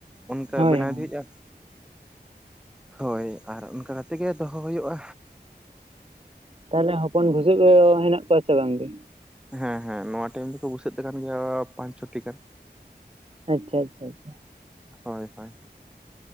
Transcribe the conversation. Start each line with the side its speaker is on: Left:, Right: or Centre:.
Centre: ᱚᱱᱠᱟ
Right: ᱦᱳᱭ
Centre: ᱵᱮᱱᱟᱣ ᱤᱫᱤ
Right: ᱦᱳᱭ
Centre: ᱦᱳᱭᱳᱜᱼᱟ ᱦᱳᱭ ᱟᱨ ᱚᱱᱠᱟ ᱠᱟᱛᱮ ᱜᱮ ᱫᱚᱦᱚ ᱦᱩᱭᱩᱜᱼᱟ
Right: ᱛᱟᱦᱞᱮ ᱦᱚᱯᱚᱱ ᱵᱷᱩᱥᱟᱹᱜ ᱠᱚ ᱦᱮᱱᱟᱜ ᱠᱚᱣᱟ ᱥᱮ ᱵᱟᱝᱜᱮ
Centre: ᱦᱮᱸ ᱦᱮᱸ ᱱᱚᱣᱟ ᱴᱟᱭᱤᱢ ᱫᱚᱠᱚ ᱵᱥᱟᱹᱜ ᱟᱠᱟᱱ ᱜᱮᱭᱟ ᱯᱟᱸᱪ ᱪᱷᱚᱴᱤ ᱜᱟᱱ
Right: ᱟᱪᱪᱷᱟ ᱟᱪᱪᱷᱟ ᱟᱪᱪᱷᱟ
Centre: ᱦᱳᱭ ᱦᱳᱭ